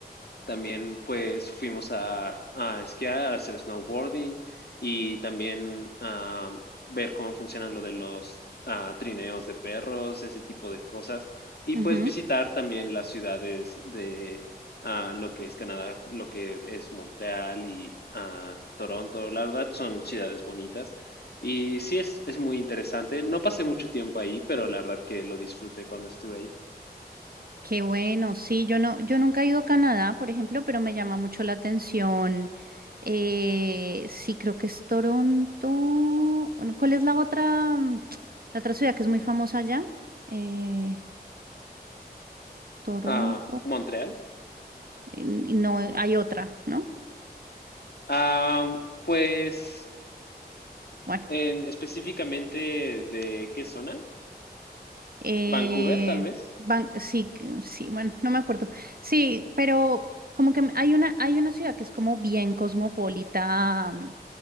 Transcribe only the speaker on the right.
ujú.
Qué bueno, sí, yo no, yo nunca he ido a Canadá, por ejemplo, pero me llama mucho la atención. eh, sí, creo que es Toronto. Bueno, ¿Cuál es la otra, mm, la otra ciudad que es muy famosa allá? Eh, Toronto.
eh, No, hay otra, ¿no?
Bueno.
Eh,
Ban- sí, que- sí, bueno, no me acuerdo. Sí, pero como que hay una, hay una ciudad que es como bien cosmopolita, mm,